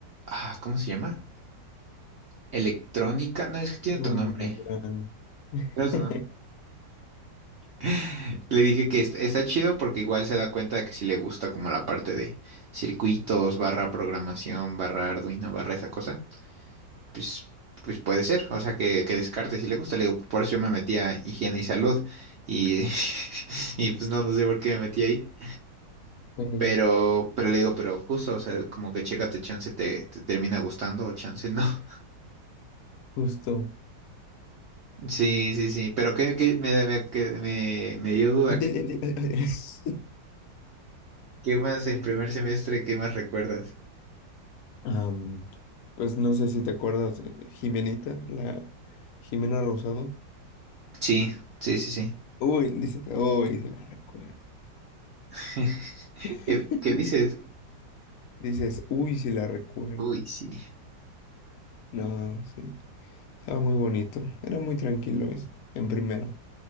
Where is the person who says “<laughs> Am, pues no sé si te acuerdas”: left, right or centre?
Left